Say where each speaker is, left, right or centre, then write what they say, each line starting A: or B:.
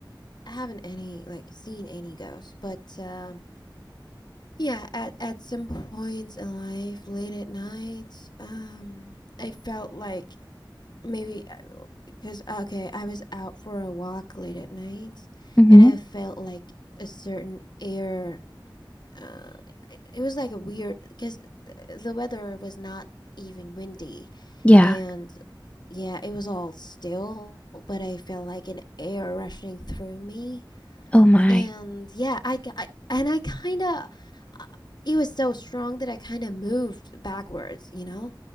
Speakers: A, on the left (about 60°); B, on the left (about 15°).
A: I haven't any like seen any ghosts, but um yeah, at at some points in life late at night, um I felt like maybe Cause okay, I was out for a walk late at night,
B: Mm-hmm.
A: and I felt like a certain air. Uh, it it was like a weird because the weather was not even windy,
B: Yeah.
A: and yeah, it was all still. But I felt like an air rushing through me,
B: Oh my.
A: and yeah, I, I and I kind of uh, it was so strong that I kind of moved backwards, you know?